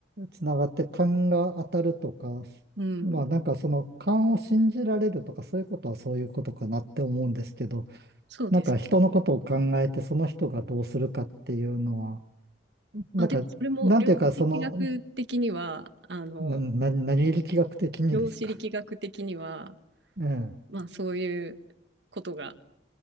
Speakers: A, on the right (about 55°); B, on the right (about 75°).
A: つながって勘が当たるとか、
B: うん、
A: まあ、なんかその勘を信じられるとか、そういうことはそういうことかなって思うんですけど、
B: そうです。
A: なんか人のことを考えて、その人がどうするかっていうのは、なんか、
B: まあ、でも、それも量子力学的には、
A: なんていうか、その、
B: あの、
A: な、な、何力学的にですか。
B: 量子力学的には、
A: <laughs> ええ、
B: まあそういうことが